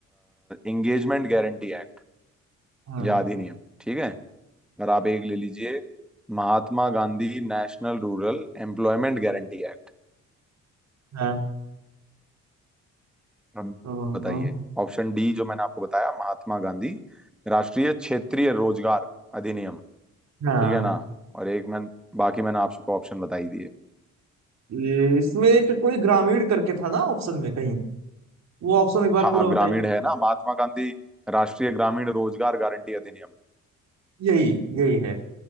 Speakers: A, in the centre; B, on the right.
A: engagement guarantee act
B: हाँ
A: या अधिनियम ठीक है और आप एक ले लीजिए Mahatma Gandhi national rural employment guarantee act
B: हाँ
A: अब
B: हाँ,
A: बताइए ऑप्शन डी जो मैंने आपको बताया महात्मा गांधी राष्ट्रीय क्षेत्रीय रोजगार अधिनियम
B: हाँ।
A: ठीक है ना और एक मैं बाकी मैंने आपको ऑप्शन बताई दिए
B: ये इसमें एक कोई ग्रामीण करके था ना ऑप्शन में कहीं वो ऑप्शन एक बार
A: हाँ
B: पूरा बताइए
A: ग्रामीण है ना महात्मा गांधी राष्ट्रीय ग्रामीण रोजगार गारंटी अधिनियम
B: यही यही है